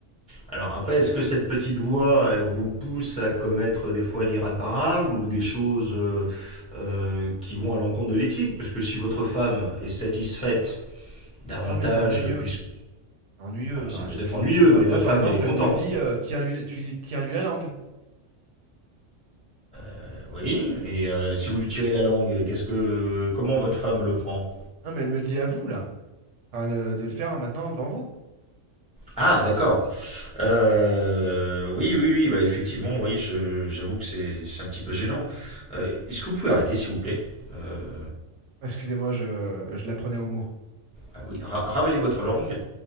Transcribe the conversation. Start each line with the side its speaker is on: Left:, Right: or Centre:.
Centre: Alors après, est-ce que cette petite voix elle vous pousse à commettre des fois l'irréparable ou des choses euh, euh, qui vont à l'encontre de l'éthique Parce que si votre femme est satisfaite davantage,
Right: Non, mais c'est ennuyeux.
Centre: puisque
Right: C'est ennuyeux. Enfin,
Centre: c'est peut-être
Right: j'ai toujours
Centre: ennuyeux,
Right: une petite voix.
Centre: mais
Right: Là,
Centre: votre
Right: par
Centre: femme
Right: exemple,
Centre: elle est contente.
Right: elle me dit, euh, tire-lui, tu- tire-lui la langue.
Centre: Euh, Oui. Et euh, si vous lui tirez la langue, qu'est-ce que comment votre femme le prend
Right: Non, mais elle me le dit à vous, là. Enfin, de, de le faire maintenant devant vous.
Centre: Ah d'accord. Euh, oui oui oui bah effectivement oui je- j'avoue que c'est c'est un petit peu gênant. Euh, est-ce que vous pouvez arrêter s'il vous plaît Euh,
Right: Excusez-moi, je, je la prenais au mot.
Centre: ah oui ra- ravalez votre langue.